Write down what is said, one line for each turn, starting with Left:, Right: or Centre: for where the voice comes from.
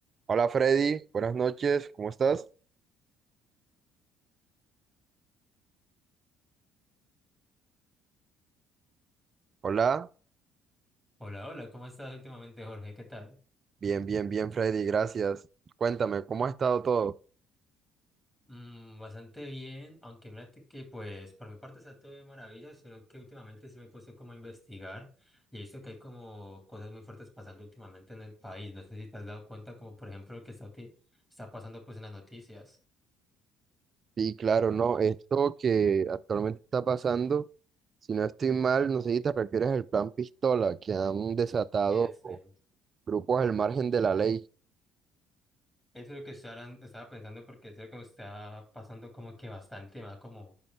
Right: Hola Freddy, buenas noches, ¿cómo estás? Hola,
Left: Hola, hola, ¿cómo estás últimamente, Jorge? ¿Qué tal?
Right: bien, bien, bien Freddy, gracias. Cuéntame, ¿cómo ha estado todo?
Left: Mm, bastante bien, aunque mírate que pues por mi parte está todo de maravilla, solo que últimamente se me he puesto como a investigar y he visto que hay como cosas muy fuertes pasando últimamente en el país. No sé si te has dado cuenta, como por ejemplo lo que está, uti- está pasando pues en las noticias.
Right: Sí, claro, no, esto que actualmente está pasando, si no estoy mal, no sé si te refieres al plan Pistola, que han desatado
Left: este,
Right: grupos al margen de la ley.
Left: Eso es lo que estoy hablan- estaba pensando porque es lo que me está pasando como que bastante más como